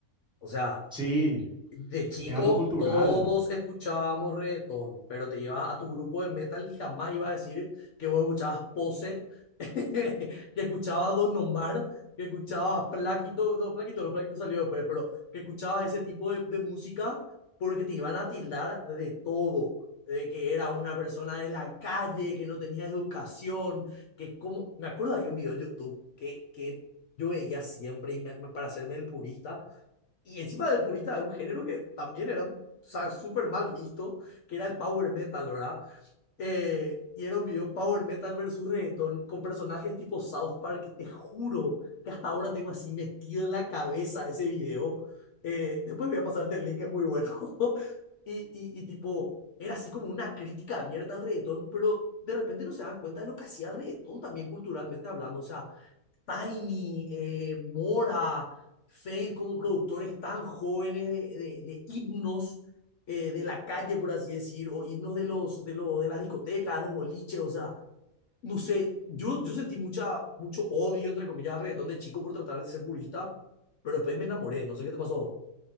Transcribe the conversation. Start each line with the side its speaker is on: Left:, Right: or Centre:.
Left: O sea,
Centre: Sí,
Left: de chico,
Centre: es algo cultural,
Left: todos escuchábamos reggaetón, pero te llevas a tu grupo de metal y jamás ibas a decir que vos escuchabas Pose, <laughs> que escuchabas Don Omar, que escuchabas Plaquito, no, Plaquito, no, Plaquito salió después, pero que escuchabas ese tipo de, de música porque te iban a tildar de todo, de que era una persona de la calle, que no tenía educación, que como, me acuerdo había un video en YouTube que, que yo veía siempre y me- para hacerme el purista y encima del purista de un género que también era o sea, súper mal visto, que era el power metal, ¿verdad? Eh, y era un video power metal versus reggaeton con personajes tipo South Park, que te juro que hasta ahora tengo así metido en la cabeza ese video. Eh, después voy a pasarte el link, es muy bueno. <laughs> y, y, y tipo, era así como una crítica abierta al reggaetón, pero de repente no se dan cuenta de lo que hacía el reggaetón también culturalmente hablando. O sea, Tiny, eh, Mora, Fade como productores tan jóvenes de, de, de himnos eh, de la calle, por así decir, o himnos de, los, de, los de las discotecas, de los boliches, o sea, no sé, yo, yo sentí mucha, mucho odio, entre comillas, al reggaetón de chico por tratar de ser purista, pero después me enamoré, no sé qué te pasó.